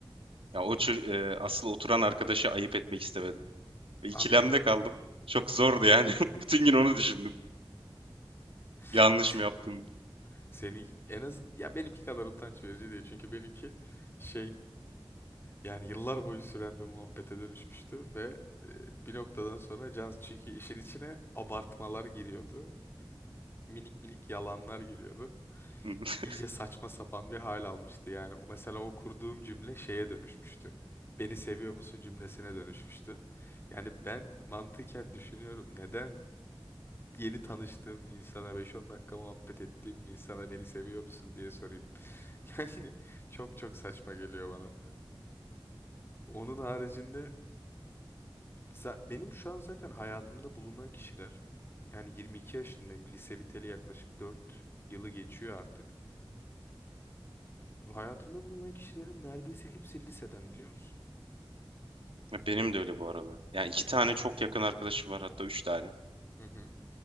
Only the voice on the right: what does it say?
Ya o çür- e, asıl oturan arkadaşı ayıp etmek istemedim. Ve ikilemde
kaldım. Çok zordu yani. <laughs> Bütün gün onu düşündüm.
Yanlış mı yaptım?
<laughs>
Benim de öyle bu arada. Yani iki tane çok yakın arkadaşım var hatta üç tane.